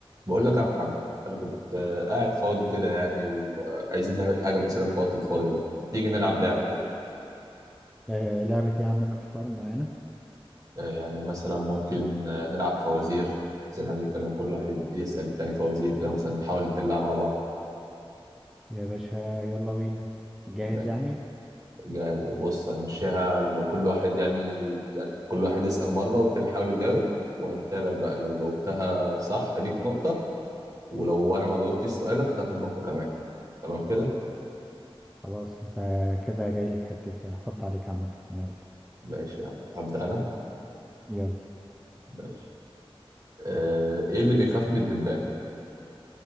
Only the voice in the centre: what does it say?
آه لعبتي عندك أفكار معينة
يا باشا يلا بينا جاهز
يعني
خلاص انت كده جاي لي في حتتي انا هحط عليك عامة يلا
يلا